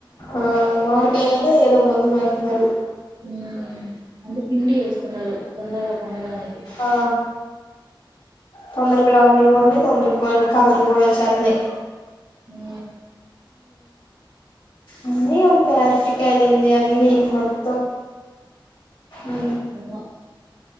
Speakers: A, on the left (about 75°); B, on the right (about 55°).
A: ఆ మవిడికాయ అయినా ఏదో ముందు పెడతున్నారు.
B: మ్ అంటే పిండి వేస్తున్నారు తొందరగా పండడానికి
A: ఆ తొందరకు లావ్ అయిపోతుంది, తొందర కలర్ కూడా వచ్చేతున్నాయి.
B: ఆ
A: అన్నీ అంత ఆరటికాయాలంది అన్ని మొత్తం ఉ
B: అవునా